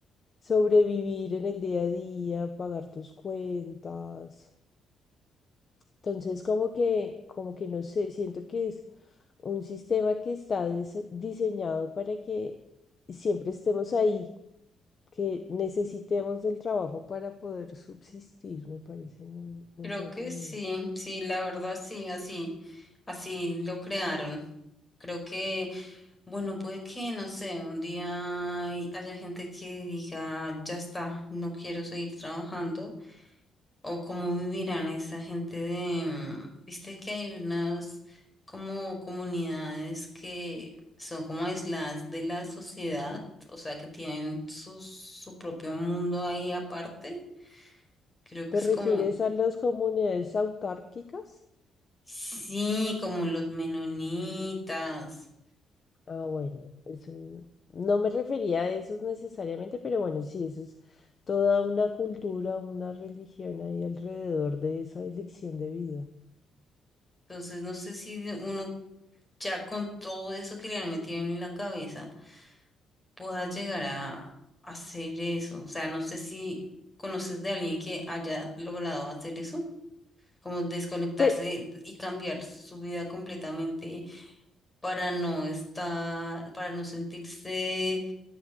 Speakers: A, on the left; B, on the left.
A: sobrevivir en el día a día, pagar tus cuentas. Entonces, como que, como que no sé, siento que es un sistema que está dise- diseñado para que siempre estemos ahí que necesitemos del trabajo para poder subsistir. Me parece muy, muy
B: Creo
A: loco
B: que sí,
A: eso.
B: sí, la verdad sí, así, así lo crearon. Creo que, bueno, puede que, no sé, un día hay- haya gente que diga, ya está, no quiero seguir trabajando o cómo vivirán esa gente de, mm, viste que hay unas como comunidades que son como aisladas de la sociedad, o sea, que tienen su, su propio mundo ahí aparte. Creo que
A: ¿Te
B: es
A: refieres
B: como,
A: a las comunidades autárquicas?
B: sí, como los menonitas.
A: Ah, bueno, eso n- no me refería a esos necesariamente, pero bueno, sí, eso es toda una cultura, una religión ahí alrededor de esa elección de vida.
B: Entonces, no sé si de- uno ya con todo eso que le han metido en la cabeza pueda llegar a hacer eso. O sea, no sé si conoces de alguien que haya logrado hacer eso. como desconectarse
A: Pe-
B: y cambiar su vida completamente para no estar, para no sentirse